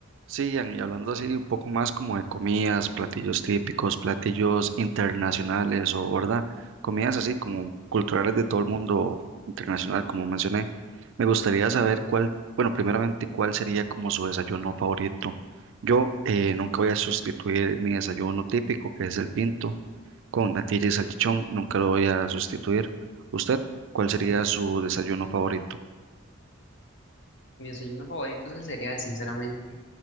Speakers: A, on the right; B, on the left.
A: Sí, Ian, y hablando así un poco más como de comidas, platillos típicos, platillos internacionales o, ¿verdad? Comidas así como culturales de todo el mundo internacional, como mencioné. Me gustaría saber cuál, bueno, primeramente, cuál sería como su desayuno favorito. Yo eh, nunca voy a sustituir mi desayuno típico, que es el pinto, con natilla y salchichón, nunca lo voy a sustituir. ¿Usted cuál sería su desayuno favorito?
B: Mi desayuno favorito es el cereal, sinceramente.